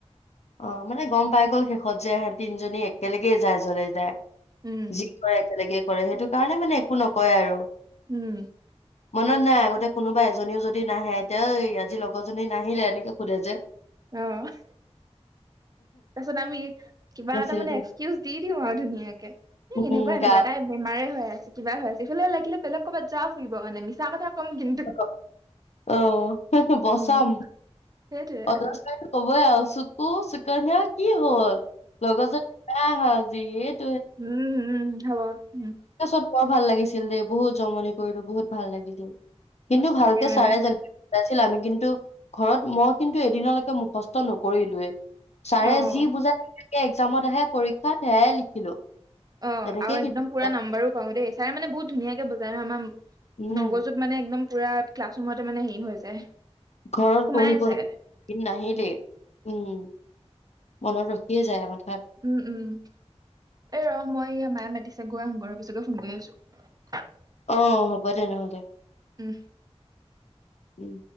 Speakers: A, on the left; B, on the right.
A: অ মানে গম পাই গল শেষত যে এহেত তিনজনী এক্কেলগেই যায় যলে যায়
B: উম
A: যি কৰে একেলগে কৰে সেইটো কাৰণে মানে একো নকয় আৰু
B: উম
A: মনত নাই আগতে কোনোবা এজনীও যদি নাহে এতিয়া আজি লগৰজনী নাহিলে এনেকে সোধে যে
B: আহ তাৰ পিছত আমি কিবা
A: নাছিল
B: এটা মানে
A: দে
B: এক্সকিউজ দি দিও আৰু ধুনীয়াকে স
A: উম
B: এনেকুৱা এনেকুৱা
A: গা
B: তাই বেমাৰে হৈ আছে ব <unintelligible> এইফালে লাগিলে বেলেগ কৰবাত যাওক ফুৰি <unintelligible> বৰ মানে মিছা কথা কম কিন্তু
A: <unintelligible> আহ সেইতো বচাম
B: উম সেইটোৱে
A: প <unintelligible> ক <unintelligible> ব চুকু চুকন্যা কি হ'ল লগজন নাই আহাত য
B: উম-উম উম হব উম
A: <unintelligible> বুত <unintelligible> বৰ ভাল লাগিছিল দেই বহুত জমনি কৰিলো বহুত ভাল লাগিছিল কিন্তু
B: সঁচাকে
A: ভালকে
B: মানে
A: চাৰে জানো ছিল আমি কিন্তু ঘৰত মই কিন্তু এদিনলৈকে মুখস্থ নকৰিলোৱে ছাৰে
B: অ
A: যি বুজাই এক্জামত আহে পৰীক্ষাত সেয়াই লিখিলো
B: অ
A: তেনেকেই
B: আৰু একদম
A: কিন্তু
B: পুৰা নাম্বাৰো পাও দেই ছাৰে মান বহু ধুনিয়াকে বুজাই ন ম
A: উম
B: মগজুত মানে একদম পুৰা ক্লাছৰুমতে। মানে হেৰি, হৈ যায়।
A: ঘৰত
B: সোমাই
A: পঢ়িবলৈ,
B: যায়
A: <unintelligible> নাহিলে,
B: উম
A: উম। মনত ৰখিয়ে যায়, মানে
B: উম, উম, এই ৰহ, মই, ই, মায়ে মাতিছে। গৈ আহোঙগৈ ৰ, পিছকে ফোন কৰি আছো।
A: অ, হ'ব, তেনেহ'লে।
B: উম।
A: উম।